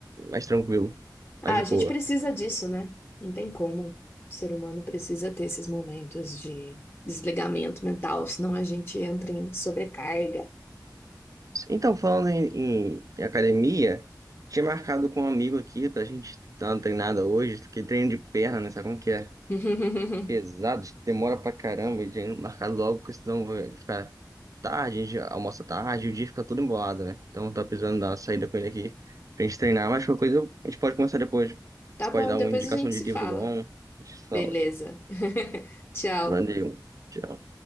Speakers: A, on the right; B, on the left.
A: mais tranquilo, mais
B: Ah,
A: de
B: a gente
A: boa.
B: precisa disso, né? Não tem como. O ser humano precisa ter esses momentos de desligamento mental, senão a gente entra em sobrecarga.
A: Então, falando em, em- em academia, tinha marcado com um amigo aqui pra gente dar uma treinada hoje, que treino de perna, né? Sabe como que é?
B: <laughs>
A: pesados, demora pra caramba, e já marcar logo, porque senão vai ficar tarde, a gente almoça tarde, e o dia fica todo embolado, né? Então tá precisando dar uma saída com ele aqui pra gente treinar, mas qualquer coisa a gente pode começar depois.
B: Tá
A: Você
B: bom,
A: pode dar
B: depois
A: uma indicação
B: a gente
A: de
B: se
A: livro
B: fala.
A: bom, a gente fala.
B: Beleza. <laughs> Tchau.
A: Valeu, tchau.